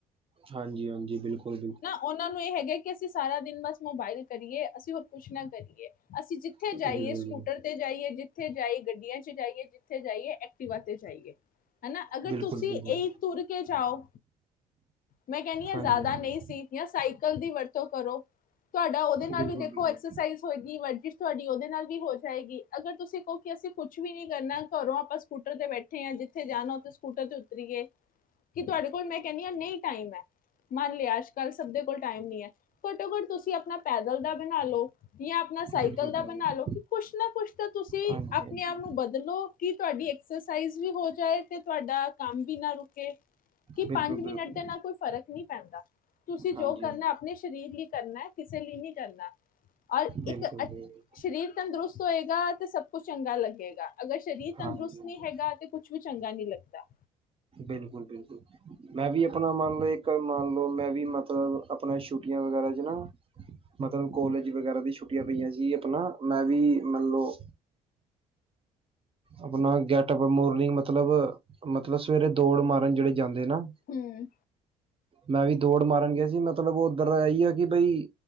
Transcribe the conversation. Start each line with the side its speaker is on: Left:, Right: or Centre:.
Right: ਹਾਂਜੀ-ਹਾਂਜੀ। ਜੀ ਬਿਲਕੁਲ-ਬਿਲਕੁਲ।
Left: ਉਹਨਾਂ ਇਹ ਹੈਗਾ ਕਿ ਅਸੀਂ ਸਾਰਾ ਦਿਨ ਬਸ ਮੋਬਾਇਲ ਕਰੀਏ ਅਸੀਂ ਹੋਰ ਕੁਛ ਨਾ ਕਰੀਏ ਅਸੀਂ ਜਿੱਥੇ
Right: ਬਿਲਕੁਲ
Left: ਜਾਈਏ ਸਕੂਟਰ
Right: ਜੀ
Left: ਤੇ ਜਾਈਏ ਜਿੱਥੇ ਜਾਈਏ ਗੱਡੀ ਗੱਡੀਆਂ ਚ ਜਾਈਏ ਜਿੱਥੇ ਜਾਈਏ ਐਕਟੀਵਾ ਤੇ ਜਾਈਏ। ਹਨਾ ਅਗਰ
Right: ਬਿਲਕੁਲ
Left: ਤੁਸੀਂ
Right: ਬਿਲਕੁਲ
Left: ਇਹੀ ਤੁਰ ਕੇ ਜਾਓ ਮੈਂ ਕਹਿੰਦੀ ਹਾਂ
Right: ਹਾਂਜੀ
Left: ਜ਼ਿਆਦਾ
Right: ਹਾਂਜੀ
Left: ਨਹੀਂ ਸੀ ਜਾਂ ਸਾਈਕਲ ਦੀ ਵਰਤੋਂ ਕਰੋ ਤੁਹਾਡਾ ਉਹਦੇ ਨਾਲ
Right: ਬਿਲਕੁਲ
Left: ਵੀ ਦੇਖੋ
Right: ਬਿਲਕੁਲ
Left: ਐਕਸਰਸਾਈਜ਼ ਹੋਏਗੀ ਵਰਜਿਸ਼ ਤੁਹਾਡੀ ਉਹਦੇ ਨਾਲ ਵੀ ਹੋ ਜਾਏਗੀ ਅਗਰ ਤੁਸੀਂ ਕਹੋ ਕਿ ਅਸੀਂ ਕੁੱਛ ਵੀ ਨੀ ਕਰਨਾ ਘਰੋਂ ਆਪਾਂ ਸਕੂਟਰ ਤੇ ਬੈਠੇ ਹਾਂ ਜਿੱਥੇ ਜਾਣਾ ਉੱਥੇ ਸਕੂਟਰ ਤੇ ਉਤਰੀਏ ਕਿ ਤੁਹਾਡੇ ਕੋਲ ਮੈਂ ਕਹਿੰਦੀ ਹਾਂ ਨਹੀਂ ਟਮ ਹੈ ਮੰਨ ਲਿਆ ਅੱਜ ਕੱਲ੍ਹ ਸਭ ਦੇ ਕੋਲ ਟਾਈਮ ਨਹੀਂ ਹੈ ਘੱਟੋ ਘੱਟ ਤੁਸੀਂ ਆਪਣਾ ਪੈਦਲ ਦਾ ਬਣਾ ਲਓ ਜਾਂ ਆਪਣਾ ਸਾਈਕਲ
Right: ਬਿਲਕੁਲ
Left: ਦਾ
Right: ਬਿਲਕੁਲ
Left: ਬਣਾ ਲੋ ਕਿ ਕੁਛ ਨਾ, ਕੁਛ ਤਾਂ ਤੁਸੀਂ
Right: ਹਾਂਜੀ
Left: ਆਪਣੇ
Right: ਹਾਂਜੀ
Left: ਆਪ ਨੂੰ ਬਦਲੋ ਕੀ ਤੁਹਾਡੀ ਐਕਸਰਸਾਈਜ਼ ਵੀ ਹੋ ਜਾਏ ਤੇ ਤੁਹਾਡਾ ਕੰਮ ਵੀ ਨਾ ਰੁਕੇ ਕਿ
Right: ਬਿਲਕੁਲ, ਬਿਲਕੁਲ।
Left: ਮਿੰਟ ਦੇ ਨਾਲ ਕੋਈ ਫ਼ਰਕ ਨਹੀਂ ਪੈਂਦਾ ਤੁਸੀਂ ਜੋ
Right: ਹਾਂਜੀ
Left: ਕਰਨਾ
Right: ਹਾਂਜੀ
Left: ਆਪਣੇ ਸਰੀਰ ਲਈ ਕਰਨਾ ਹੈ। ਕਿਸੇ ਲਈ ਨਹੀਂ ਕਰਨਾ ਔਰ
Right: ਬਿਲਕੁਲ
Left: ਇੱਕ
Right: ਬਿਲਕੁਲ
Left: ਸਰੀਰ ਤੰਦਰੁਸਤ ਹੋਏਗਾ। ਤੇ ਸਭ ਕੁਛ ਚੰਗਾ ਲੱਗੇਗਾ। ਅਗਰ ਸਰੀਰ ਤੰਦਰੁਸਤ
Right: ਹਾਂਜੀ ਹਾਂਜੀ
Left: ਨਹੀਂ ਹੈਗਾ ।ਤੇ ਕੁਛ ਵੀ ਚੰਗਾ ਨਹੀਂ ਲੱਗਦਾ
Right: ਬਿਲਕੁਲ ਬਿਲਕੁਲ ਮੈਂ ਵੀ ਮੰਨ ਲਓ ਇੱਕ ਮੰਨ ਲਓ ਮੈਂ ਵੀ ਮਤਲਬ ਆਪਣਾ ਸ਼ਛੂਟ ਛੱਟੀਆਂ ਵਗੈਰਾ ਚ ਨਾ ਮਤਲਬ ਕਲੇਜ ਵਗੈਰਾ ਦੀਆਂ ਛੁੱਟੀਆਂ ਪਈਆਂ ਸੀ ਆਪਣਾ ਮੈਂ ਵੀ ਮੰਨਲਓ ਆਪਣਾ ਗੈਟ ਮੋਰਨਿੰਗ ਮਤਲਬ ਮਤਲਬ ਸਵੇਰੇ ਦੌੜ ਮਾਰਨ ਜਿਹੜੇ ਜਾਂਦੇ ਨਾ
Left: ਹੂੰ
Right: ਮੈਂ ਵੀ ਦੌੜ ਮਾਰਨ ਗਿਆ ਸੀ ਮਤਲਬ ਉਹ ਉੱਧਰ ਇਹੀ ਆ ਕਿ ਬਈ